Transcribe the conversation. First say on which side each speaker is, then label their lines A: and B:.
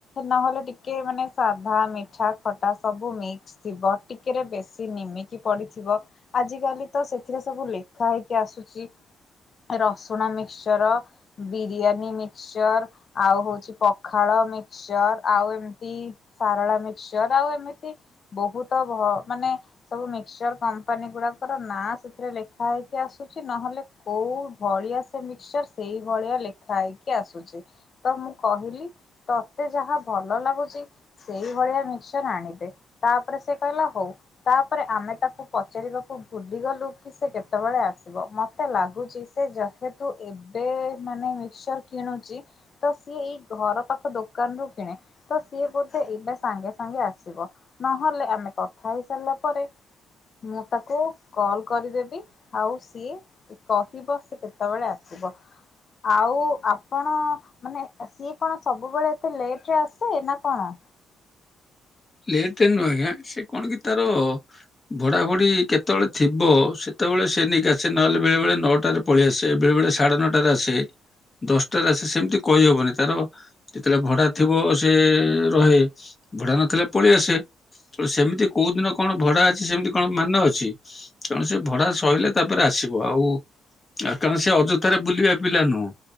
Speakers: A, on the left; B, on the left.
A: ନହେଲେ ଟିକେ ମାନେ ସା ଧା ମିଠା ଖଟା ସବୁ ମିକ୍ସ ଥିବ ଟିକେରେ ବେଶି ନିମିକି ପଡିଥିବ ଆଜି ଆଜି କାଲି ତ ସେଥିରେ ସବୁ ଲେଖା ହେଇକି ଆସୁଛି ରସୁଣ ମିକ୍ସଚର, ବିରିୟାନୀ ମିକ୍ଚର ଆଉ ହଉଛି ପଖାଳ ମିକଚର ଆଉ ଏମତି ସାରଳା ମିକ୍ସଚର, ଆଉ ଏମିତି ବହୁତ ମାନେ ସବୁ ମିକ୍ସଚର କମ୍ପାନୀ ଗୁଡା ଙ୍କର ନାଁ ସେଥିରେ ଲେଖା ହେଇକି ଆସୁଛି, ନହେଲେ କୋଉ ଭଳିଆ ସେ ମିକ୍ସଚର ସେଇ ଭଳିଆ ଲେଖା ହେଇକି ଆସୁଛି। ତ ମୁଁ କହିଲି ତତେ ଯାହା ଭଲ ଲାଗୁଛି ସେଇଭଳିଆ ମିକ୍ସର ଆଣିଦେ, ତାପରେ ସେ କହିଲା ହଉ। ତାପରେ ଆମେ ତାକୁ ପଚାରିବା କୁ ଭୁଲିଗଲୁ କି ସେ କେତେବେଳେ ଆସିବ। ମତେ ଲାଗୁଛି ସେ ଯେହେତୁ ଏବେ ମାନେ ମିକସଚର କିଣୁଛି, ତ ସିଏ ଏଇ ଘର ପାଖ ଦୋକାନରୁୁ କିଣେ। ତ ସିଏ ବୋ ସେ ଏବେ ସାଙ୍ଗେ ସାଙ୍ଗେ ଆସିବ। ନହେଲେ ଆମେ କଥା ହେଇସାରିଲା ପରେ ମୁଁ ତାକୁ କଲ କରିଦେବି ଆଉ ସିଏ କହିବ ସେ କେତେବେଳେ ଆସ ସିବ <unintelligible> ଆଉ ଆପଣ ମାନେ ସିଏ କଣ ସବୁବେଳେ ଏତେ ଲେଟ ରେ ଆସେ ନା କଣ?
B: ଲେଟ ନୁହଁ ଆଜ୍ଞା। ସେ କଣ କି ତାର ଭଡା ଭଡି କେତେବେଳେ ଥିବ ସେ ସେତେବେଳେ ସେ ନେଇିକ ଆସେ, ନହେଲେ ବେଳେ ବେଳେ ନଅଟାରେ ପଳେଇ ଆସେ, ବେଳେ ବଳେ ସାଢେ ନଅଟାରେ ଆସେ। ଦଶଟାରେ ଆସେ ସେମିତି କହିହବନି। ତାର ଯେତେବେଳେ ଭଡା ଥିବ ସେ ରହେ ।ଭଡା ନଥିଲେ ପଳେଇଆସ। ସେମିତି କୋଉ ଦିନ କଣ ଭଡା ଅଛି ସେମିତି କଣ ମାନ ଅଛି । ତେଣୁ ସେ ଭଡା ସରିଲେ ତାପରେ ଆସିବ। ଆଉ ଆ କାରଣ ସେ ଅଯଥାରେ ବୁଲିବା ପିଲା ନୁହଁ